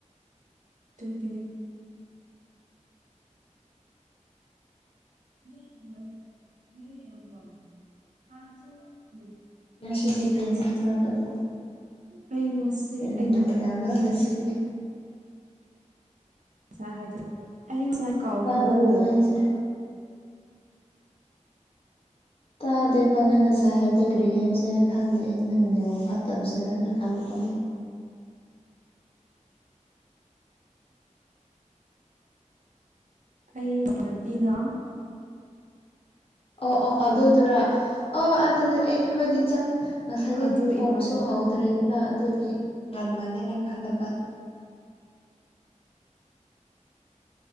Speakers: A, on the right (about 75°); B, on the left (about 45°).
A: ꯀꯅꯤ <unintelligible> <inaudible>
B: ꯉꯁꯤꯒꯤ ꯀ꯭ꯔꯤꯟ ꯁꯥꯡꯖꯕꯗꯣ
A: ꯑꯩ ꯉꯁꯤ
B: ꯀꯔꯤ
A: ꯑꯩꯅ
B: ꯃꯊꯦꯗꯔꯦꯁꯤꯗꯤ
A: ꯉꯁꯥꯏ ꯍꯥꯏ ꯑꯩ ꯉꯁꯥꯏ ꯀꯥꯎꯈ꯭ꯔꯕꯣ
B: ꯇꯥꯗꯕꯗꯣ ꯑꯩꯁꯦ ꯇꯥꯗꯦꯕ ꯅꯪ ꯉꯁꯥꯏ ꯍꯥꯏꯕꯗꯣ ꯀꯔꯤ ꯍꯥꯏꯖꯔꯥ ꯈꯪꯗꯦ ꯅꯪꯅꯦꯉ ꯐꯠꯇꯕꯖꯔꯅ ꯈꯜꯂꯨꯕ ꯑꯣꯟ <unintelligible> <inaudible>
A: ꯑꯩꯩꯅꯕꯤꯅ
B: ꯑꯣ ꯑꯣ ꯑꯗꯨꯗꯨꯔꯥ ꯑꯣ ꯑꯗꯨꯗꯤ ꯑꯦ ꯍꯣꯏꯗꯤ ꯆ ꯉꯁꯥꯏꯗꯤ
A: ꯑꯗꯨ
B: ꯊꯣꯡꯁꯨ
A: ꯏꯃꯥꯟꯅꯕꯤ
B: ꯍꯥꯎꯗ꯭ꯔꯦ ꯅ ꯑꯗꯨꯒꯤ ꯉꯥꯟ ꯃꯥꯜꯂꯦꯅ ꯈꯜꯂꯕ <unintelligible> <inaudible>